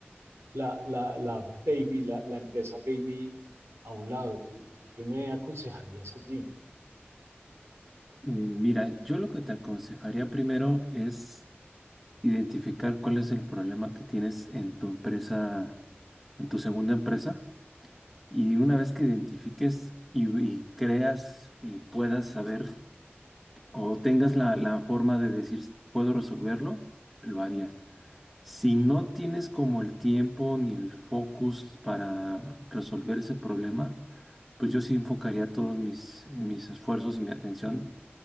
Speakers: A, on the right; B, in the centre.
A: la, la, la baby, la, la, empresa baby a un lado. ¿Tú, ¿Tú qué me aconsejarías allí?
B: Eh, mira, yo lo que te aconsejaría primero es identificar cuál es el problema que tienes en tu empresa, en tu segunda empresa, y una vez que identifiques y, y creas y puedas saber o tengas la, la forma de decir, puedo resolverlo, lo harías. Si no tienes como el tiempo ni el focus para resolver ese problema, pues yo sí enfocaría todos mis, mis esfuerzos y mi atención